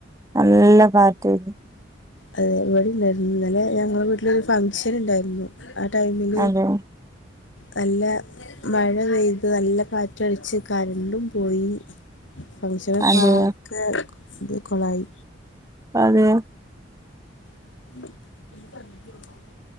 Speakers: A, on the right; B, on the left.
A: നല്ല കാ <unintelligible>
B: അതെ ഇവിടെണ്ടായിരുന്നു ഇന്നലെ ഞങ്ങള വീട്ടിലരു ഫംഗ്ഷൻ ഇണ്ടായിരുന്നു. ആടൈമില്
A: അതെ
B: നല്ല മഴ പെയ്ത് നല്ല കാറ്റടിച്ചു കരണ്ടും പോയി ഫംഗ്ഷന്
A: അതെ
B: കാൽത്ത് ഇത് കുളായി
A: അതെ
B: <unintelligible>